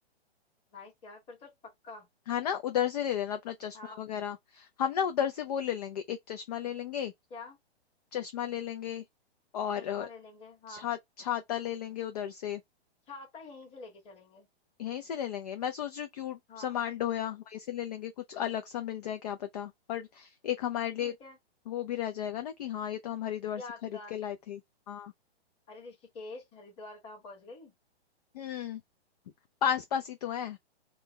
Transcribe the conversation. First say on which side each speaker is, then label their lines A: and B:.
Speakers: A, on the left (about 15°); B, on the left (about 40°).
A: नाइस यार फिर तो पक्का
B: है ना उधर से ले लेना अपना चश्मा
A: हाँ
B: वगैरह हम ना उधर से वो ले लेंगे एक चश्मा ले लेंगे
A: क्या
B: चश्मा ले लेंगे और
A: चश्मा
B: अ,
A: ले लेंगे हाँ
B: छा छाता ले लेंगे उधर से
A: छाता यहीं से लेके चलेंगे
B: यहीं से ले लेंगे मैं सोच रही हूँ क्यूट
A: हाँ
B: सामान डोया वहीं से ले लेंगे कुछ अलग सा मिल जाए क्या पता और एक हमारे लिए
A: ठीक है
B: वो भी रह जाएगा ना कि हाँ ये तो हम हरिद्वार
A: यादगार
B: से खरीद के लाए थे हाँ
A: अरे ऋषिकेश हरिद्वार कहाँ पहुंच गई
B: हम्म पास पास ही तो है